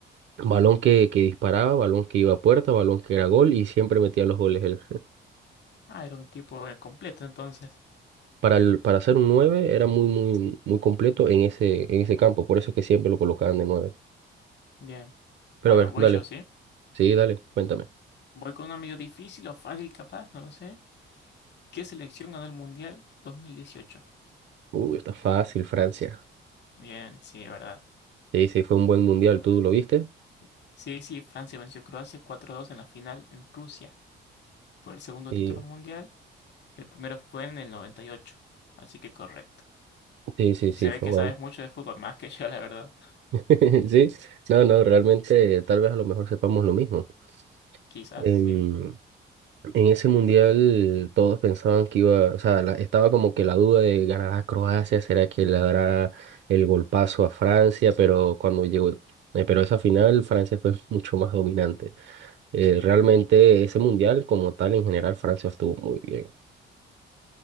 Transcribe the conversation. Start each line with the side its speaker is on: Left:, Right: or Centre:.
Right: balón que, que disparaba, balón que iba a puerta, balón que era gol y siempre metía los goles él.
Left: Ah, era un tipo eh, completo entonces.
Right: Para el, para ser un 9 era muy muy muy completo en ese en ese campo, por eso es que siempre lo colocaban de nueve
Left: Bien.
Right: Pero
Left: Bueno,
Right: a ver,
Left: voy
Right: dale.
Left: yo, ¿sí?
Right: Sí, dale, cuéntame.
Left: Voy con una medio difícil o fácil capaz, no lo sé. ¿Qué selección ganó el Mundial 2018?
Right: Uy, está fácil, Francia.
Left: Bien, sí, verdad.
Right: Sí, sí, fue un buen mundial,
Left: Correcto.
Right: ¿tú lo viste?
Left: Sí, sí, Francia venció a Croacia 4-2 en la final en Rusia. Fue el segundo
Right: Sí,
Left: título mundial, el primero fue en el 98. Así que correcto.
Right: sí, sí, sí,
Left: Se ve
Right: fue
Left: que
Right: bueno.
Left: sabes mucho de fútbol, más que yo, la verdad.
Right: <laughs> Sí, no, no, realmente tal vez a lo mejor sepamos lo mismo.
Left: Quizás,
Right: En,
Left: sí.
Right: en ese mundial todos pensaban que iba, o sea, la- estaba como que la duda de ganará Croacia, será que le dará el golpazo a Francia, pero cuando llegó, eh, pero esa final Francia fue <laughs> mucho más dominante. Eh,
Left: Sí.
Right: realmente ese mundial como tal en general Francia estuvo muy bien.